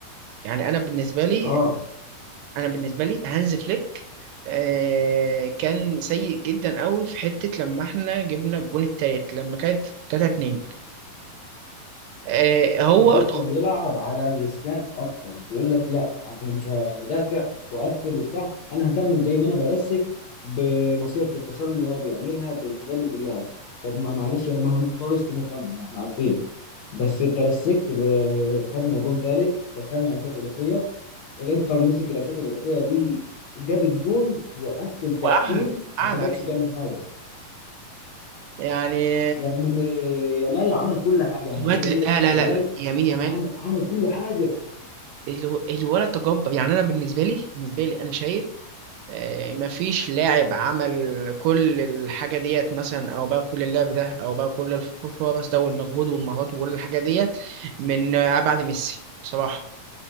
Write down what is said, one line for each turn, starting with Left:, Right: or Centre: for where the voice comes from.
Right: يعني انا بالنسبه لي
Left: اه
Right: انا بالنسبه لي هانز فليك آه كان سيء جدا قوي في حته لما احنا جبنا الجون التالت لما كانت 3 2 آه هو
Left: فليك
Right: اتخ-
Left: بيلعب على الريسكات اكتر بيقول لك لا انا مش هدافع واقفل وبتاع انا هكمل زي ما انا برسك بمصيدة التسلل اللي هو بيعملها بالحاجات دي كلها طب ما معلش يعني ما هو نو ريسك نو فن ما احنا عارفين بس انت رسكت ب- خدنا جون تالت دخلنا اشواط اضافيه الانتر مسك الاشواط الاضافيه دي جاب الجون وقفل تقفيل
Right: وقعها قعد
Left: ما سابكش
Right: علينا
Left: تعمل حاجه
Right: يعني
Left: رغم ان يامال عمل كل حاجه يعني
Right: الواد
Left: عايز اقول
Right: لا
Left: لك
Right: لا
Left: يامال
Right: لا لا يمين يمال
Left: عم... عمل كل حاجه
Right: الو- الولد تجبر يعني انا بالنسبه لي بالنسبه لي انا شايف آه، مفيش لاعب عمل كل الحاجه ديت مثلا او بقى كل اللعب ده او بقى كل الفرص ده والمجهود والمهارات وكل الحاجه ديت من آه، بعد ميسي بصراحه